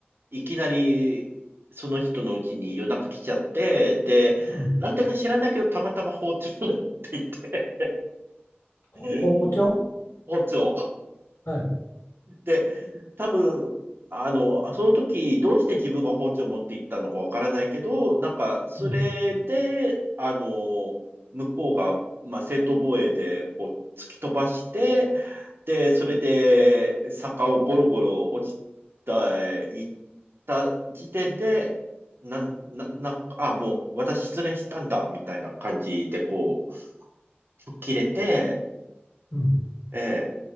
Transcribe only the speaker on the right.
いきなり、その人のうちに夜中来ちゃって、で、
なんでか知らないけど、たまたま包丁を持っていて、
<laughs> 包丁。
で、多分、あの、あその時、どうして自分が包丁を持って行ったのかわからないけど、なんか、それで、
あの、向こうが、まあ、正当防衛で、こう、突き飛ばして、で、それで、坂をゴロゴロ落ちた、行った時点で、なん、な、な、あ、もう、私失恋したんだ、みたいな感じで、こう、吹っ切れて、
えー